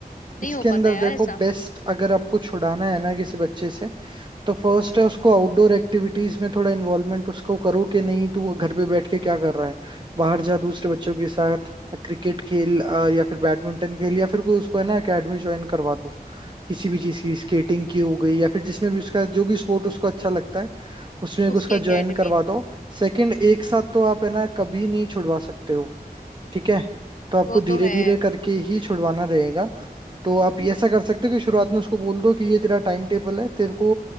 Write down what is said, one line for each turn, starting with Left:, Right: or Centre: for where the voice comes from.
Left: नहीं
Right: इसके
Left: हो पाता
Right: अंदर
Left: यार
Right: देखो
Left: ऐसा
Right: बेस्ट अगर आपको छुड़ाना है ना किसी बच्चे से तो फर्स्ट
Left: हम्म
Right: है उसको आउटडोर एक्टिविटीज में थोड़ा इन्वॉल्वमेंट उसको करो कि नहीं तू वो घर पे बैठ के क्या कर रहा है बाहर जा दूसरे
Left: हम्म
Right: बच्चों के साथ क्रिकेट खेल अ, या फिर बैडमिंटन खेल या फिर कोई उसको है ना एकेडमी ज्वाइन करवा दो किसी भी चीज की स्केटिंग की हो गई या फिर जिसमें भी उसका जो भी स्पोर्ट उसको अच्छा लगता है उसमें एक
Left: उसकी
Right: उसका
Left: एकेडमी
Right: ज्वाइन करवा दो सेकंड एक साथ तो आप है ना कभी नहीं छुड़वा सकते हो ठीक है तो आपको
Left: वो तो
Right: धीरे
Left: है
Right: धीरे करके ही छुड़वाना रहेगा तो आप ये ऐसा कर सकते हो कि शुरुआत में उसको बोल दो कि ये तेरा टाइम टेबल है तेरे को